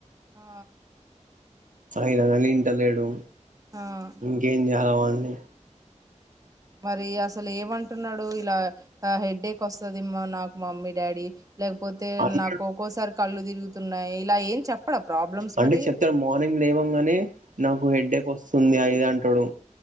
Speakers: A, on the right (about 25°); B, on the right (about 90°).
A: ఆ
B: అయినా కాని ఇంట లేడు
A: ఆ
B: ఇంకేం చెయ్యాలా వ అ
A: మరి అసలు ఏమంటున్నాడు ఎప్పుడు ఇలా ఆ హెడ్డేక్ వస్తది మ నాకు మమ్మీ డాడీ లేకపోతే
B: అ
A: నాకు ఒక్కోసారి కళ్ళు తిరుగుతున్నాయి ఇలా ఏం చెప్పడా ప్రాబ్లమ్స్
B: అంటే
A: మరి
B: చెప్తాడు మార్నింగ్ లేవంగానే నాకు హెడ్డెక్ వస్తుంది అది ఇది అంటాడు